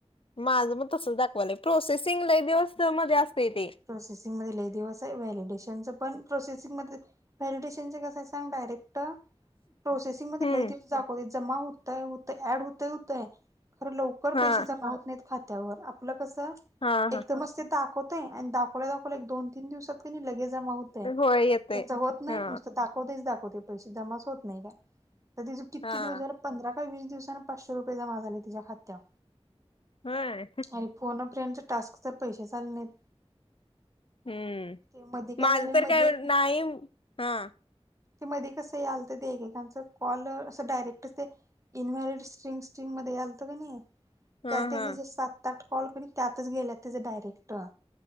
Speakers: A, on the left; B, on the right.
A: माझं मग तसच दाखवालंय प्रोसेसिंगला दिवस मध्ये असतय ते.
B: प्रोसेसिंग मध्ये लय दिवस आहे व्हॅलिडेशनच पण प्रोसेसिंग मध्ये व्हॅलिडेशनचं कस हाय सांग डायरेक्ट प्रोसेसिंग मध्ये
A: हम्म
B: लई दिवस दाखवतय जमा हुतय हुतय ऍड होतय होतय खर लवकर लवकर
A: हा
B: पैसे जमा होत नाहीत खात्यावर. आपलं कस
A: हा
B: एकदमच
A: हा
B: ते दाखवतय आणि दा दाखवल्या दाखवल्या एक दोन तीन दिवसात कनी लगेज जमा होते
A: होय येतय.
B: ते च होत नाही
A: हा
B: नुसत दाखवतेच दाखवतय. पैसे जमाच होत नाही काय तर तिच किती
A: हा
B: दिवस झाल पंधरा का वीस दिवसांन पाचशे रुपये जमा झाले तिच्या खात्यात.
A: होय.
B: आणि फोन अ फ्रेडच टास्कच पैसेच आल नाहीत.
A: हम्म
B: ते मधी काय
A: माझं
B: झाले
A: तर
B: मधी
A: काय
B: एक
A: नाही हा
B: ते मध्ये कसं यालत ते एकेकांच कॉल अस डायरेक्ट ते इनव्हॅरिड स्ट्रिंग स्ट्रिंग मध्ये यालतं कनी
A: हा
B: त्यात एक
A: हा
B: हीच सात आठ कॉल कर त्यातच गेल्या तीचा डायरेक्ट.